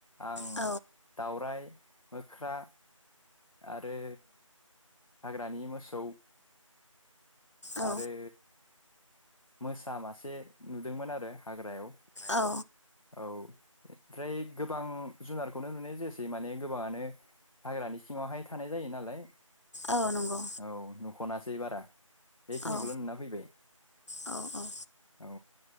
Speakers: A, on the left; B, on the left.
A: आं
B: औ
A: दावरायाइ मोख्रा आरो हाग्रानि मोसौ
B: औ
A: आरो मोसा मासे नुदोंमोन आरो हाग्रायाव
B: औ।
A: औ ओमफ्राय गोबां जुनारखौनो नुनाय जायसै माने गोबाङानो हाग्रानि सिङावहाय थानाय जायो नालाय
B: औ नंगौ
A: औ नख'नासै बारा बेखिनिखौल'
B: औ
A: नुना फैबाय
B: औ औ
A: औ